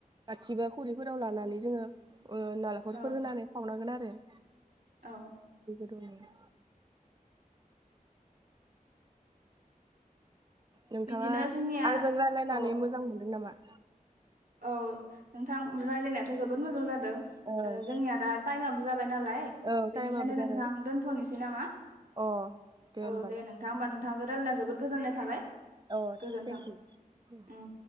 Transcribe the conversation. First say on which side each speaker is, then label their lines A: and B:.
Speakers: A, on the right (about 30°); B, on the right (about 70°).
A: आथि बा खरिफोराव लानानै जोङो नालेंखरफोर
B: औ
A: होनानै खावनांगोन आरो ए
B: औ।
A: दनिया। नोंथाङा
B: बिदिनो जोंनिया
A: आंजों रायज्लायनानै
B: औ
A: मोजां मोनदों नामा
B: औ नोंथां रायजलायनायाथ' जोबोद मोजां जाद जों
A: ओं
B: ओ जोंनिया दा ताइमा नालाय
A: औ
B: बेनिखायनो
A: टाइमाबो जाबाय
B: नोंथां दोन्थ'नोसै नामा
A: अ
B: औ
A: होमबा
B: दे
A: न'
B: नोंथां ओमबा नोंथांजों रायज्लायना जोबोद गोजोननाय थाबाय
A: अ
B: गोजोन्थों
A: थेंक इउ।
B: उम